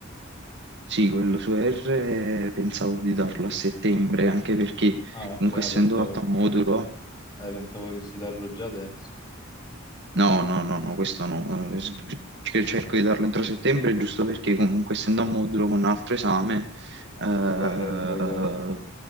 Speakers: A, on the right (about 60°); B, on the left (about 25°).
A: Sì, quello su R eh, pensavo di darlo a settembre, anche perché
B: Ah, ok,
A: comunque
B: no,
A: essendo
B: pensavo,
A: fatto a modulo
B: eh, pensavo volessi darlo già adesso.
A: No, no, no, no, questo no. Eh, sc- che Cerco di darlo entro settembre, giusto perché comunque essendo un modulo con un altro esame, eh,
B: Ti vale il voto,